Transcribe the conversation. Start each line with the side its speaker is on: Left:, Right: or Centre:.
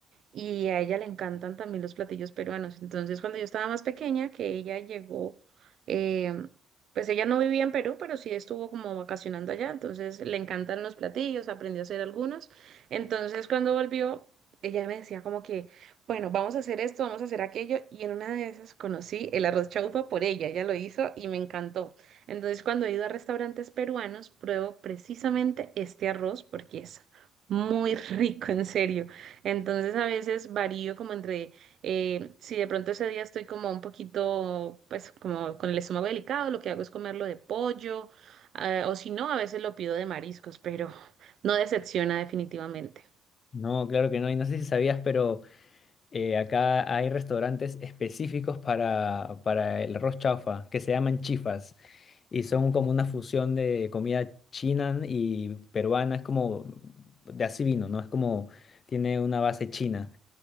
Right: y a ella le encantan también los platillos peruanos. Entonces, cuando yo estaba más pequeña, que ella llegó, eh, pues ella no vivía en Perú, pero sí estuvo como vacacionando allá, entonces le encantan los platillos, aprendió a hacer algunos. Entonces, cuando volvió, ella me decía como que, bueno, vamos a hacer esto, vamos a hacer aquello, y en una de esas conocí el arroz chaufa por ella, ella lo hizo y me encantó. Entonces, cuando he ido a restaurantes peruanos, pruebo precisamente este arroz porque es muy <laughs> rico, en serio. Entonces a veces varío como entre, eh, si de pronto ese día estoy como un poquito, pues como con el estómago delicado, lo que hago es comerlo de pollo, eh, o si no, a veces lo pido de mariscos, pero no decepciona definitivamente.
Left: No, claro que no. Y no sé si sabías, pero eh, acá hay restaurantes específicos para, para el arroz chaufa, que se llaman chifas, y son como una fusión de comida china y peruana, es como de así vino, ¿no? Es como tiene una base china.